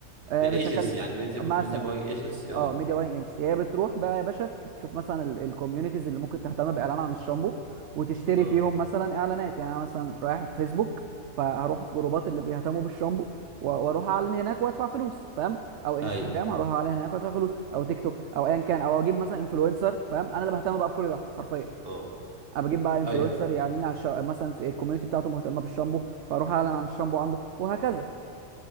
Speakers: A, on the right (about 65°); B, on the right (about 45°).
A: آه،
B: دي
A: مش
B: ايجنسي
A: هكلم
B: يعني ميديا ميديا
A: مثلا
B: باينج ايجنسي اه
A: اه ميديا باينج ايجنسي هي بتروح بقى يا باشا تشوف مثلا الكوميونيتيز اللي ممكن تهتم باعلان عن الشامبو وتشتري
B: اه
A: فيهم مثلا اعلانات يعني انا مثلا رايح في فيسبوك فهروح الجروبات اللي بيهتموا بالشامبو و- واروح اعلن هناك وادفع فلوس فاهم او انستجرام
B: ايوه
A: هروح اعلن هناك وادفع فلوس او تيك توك او ايا كان او اجيب مثلا انفلونسر فاهم انا اللي بهتم بقى بكل ده حرفيا
B: اه
A: انا بجيب بقى انفلونسر
B: ايوه
A: يعلن لي عن الشا... مثلا في الكوميونتي بتاعته مهتمه بالشامبو فاروح اعلن عن الشامبو عنده وهكذا